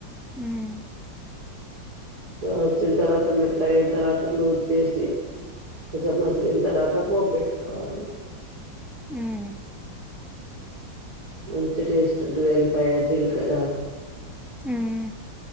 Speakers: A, in the centre; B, on the right.
A: మ్మ్
B: వచ్చిన తర్వాత మెత్తగయిన తర్వాత లూజ్ చేసి కొంచెం అసలు ఇంత రాత్రి అప్పుడు బయటికి రావాలి
A: ఉమ్మ్
B: మంచి టేస్ట్ ఉంటుంది ఎల్లిపాయ జీలకర్ర
A: ఊమ్మ్